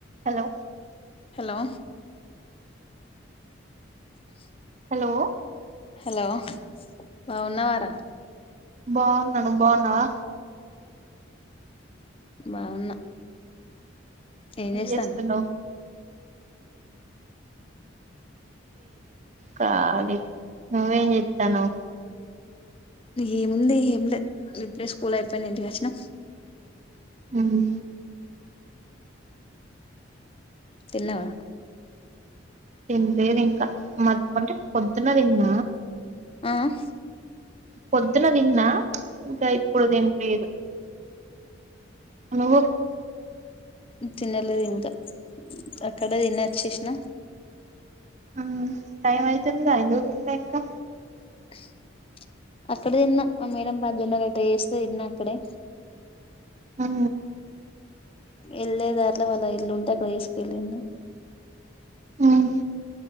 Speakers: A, on the right; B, on the left.
A: Hello
B: లో <unintelligible>
A: లో
B: లో బాగున్నవారా
A: బాగున్నా నువ్ బాగున్నవా
B: బాగున్నా ఏం చేస్తాను
A: ఏస్తున్నవ్ కాళి నువ్వేం చేత్తనవ్
B: ఏముంది ఏమ్ లేద్ ఇప్పుడే స్కూల్ అయిపోయింది ఇంటికచ్చిన
A: ఉహు
B: తిన్నవా
A: ఏంలేదింకా మద్ అంటే పొద్దున్న తిన్న
B: ఆహ్
A: పొద్దున తిన్నా ఇంకా ఇప్పుడు తిన్లేదు నువ్వు
B: తినలేదింకా అక్కడే తినచ్చేసిన
A: ఉ టైమైతుందీ గా ఎందుకు తిన్లే ఇంకా
B: <unintelligible> అక్కడ్తిన్నా మా మేడం పజ్జొన్న రొట్టే చేస్తే తిన్నా అక్కడే
A: ఆ
B: వెళ్ళే దారిలో వాళ్ళ ఇల్లుంటే అక్కడ తీసుకెళ్ళిల్లు
A: ఉమ్.